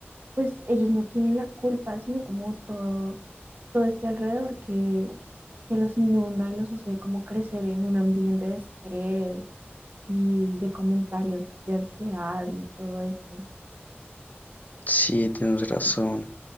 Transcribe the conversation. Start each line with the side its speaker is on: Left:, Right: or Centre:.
Right: pues ellos no tienen la culpa, sino como todo todo este alrededor que, que los inunda y los hace como crecer en un ambiente de estrés y de comentarios de ansiedad y todo esto.
Left: Sí, tienes razón.